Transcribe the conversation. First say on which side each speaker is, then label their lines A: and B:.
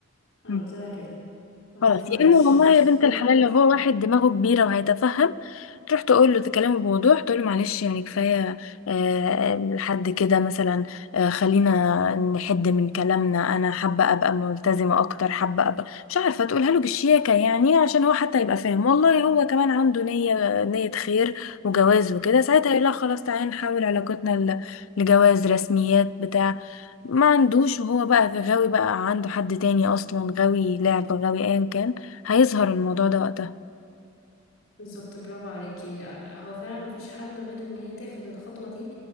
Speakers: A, on the left (about 70°); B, on the left (about 80°).
A: انا
B: مم.
A: قلت لها كده قلت
B: خلاص
A: لها معلش
B: يا اما والله
A: افصلي
B: يا بنت الحلال
A: عنه
B: لو
A: شوية.
B: هو واحد دماغه كبيره وهيتفهم تروح تقول له تكلمه بوضوح تقول له معلش يعني كفايه آه، لحد كده مثلا آه، خلينا نحد من كلامنا انا حابه ابقى ملتزمه اكتر حابه ابقى مش عارفه تقولها له بالشياكه يعني عشان هو حتى يبقى فاهم والله هو كمان عنده نيه نيه خير وجواز وكده ساعتها يقول لها خلاص تعالي نحول علاقتنا ل- لجواز رسميات بتاع ما عندوش وهو بقى غاوي بقى عنده حد تاني اصلا غاوي لعبة غاوي ايا كان هيظهر الموضوع ده وقتها
A: بالظبط برافو عليكي هو فعلا مفيش حل غير ان هي تاخد الخطوة دي